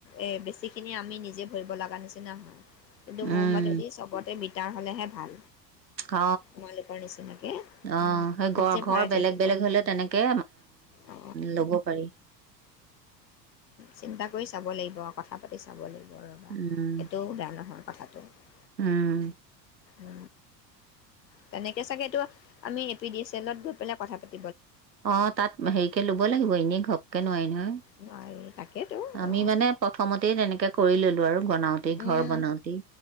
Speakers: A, on the left; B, on the right.
A: এই বেছিখিনি আমি নিজে ভৰিব লগা নিচিনা হয় এইটো
B: উম,
A: মোৰ মতে দি চব মিটাৰ হ'লেহে ভাল
B: অ
A: তোমালোকৰ নিচিনাকে
B: অ
A: উম,
B: সেই ঘ
A: নিজে
B: ঘৰ
A: ভৰাই
B: বেলেগ
A: থাকিব
B: বেলেগ হলে তেনেকে
A: অ
B: লব পাৰি
A: চিন্তা কৰি চাব লাগিব আৰু কথা পাতি চাব লাগিব ৰবা
B: উম,
A: সেইটো বেয়া নহয় কথাটো ত
B: উম
A: উ তেনেকে চাগে এইটো আমি এ পি ডি এছ এলত গৈ পেলাই কথা পাতি
B: অ' তাত হেৰিকে লবই লাগিব এনেই ঘপকে নোৱাৰি নহয়
A: নোৱাৰি তাকেতো অ
B: আমি মানে প্ৰথমতেই তেনেকে কৰি ললো আৰু বনাওতে
A: উম
B: ঘৰ বনাওতে